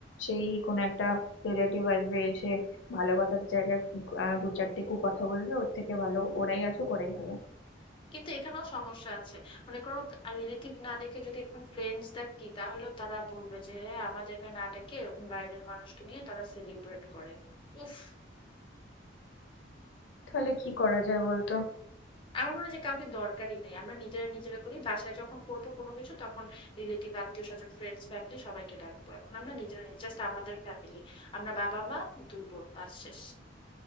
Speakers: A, on the left; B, on the left.
A: সেই কোনো একটা রিলেটিভ আসবে এসে ভালো কথার জায়গায় আহ, দু চারটে কু কথা বলবে ওর থেকে ভালো ওরাই আসুক ওরাই ভালো
B: কিন্তু এখানেও সমস্যা আছে মনে করো রিলেটিভ না ডেকে যদি এরকম ফ্রেন্ডস ডাকি তাহলেও তারা বলবে যে হ্যাঁ আমাদেরকে না ডেকে এরকম বাইরের মানুষকে নিয়ে তারা সেলিব্রেট করে উফ
A: তাহলে কি করা যায় বলতো
B: আমার মনে হয় যে কাউকে দরকারই নেই আমরা নিজেরা নিজেরা করি বাসায় যখন করব কোনো কিছু তখন রিলেটিভ আত্মীয় স্বজন ফ্রেন্ডস ফ্যামিলি সবাইকে ডাকবো এখন আমরা নিজেরা জাস্ট আমাদের ফ্যামিলি আমরা বাবা মা দুই বোন বাস শেষ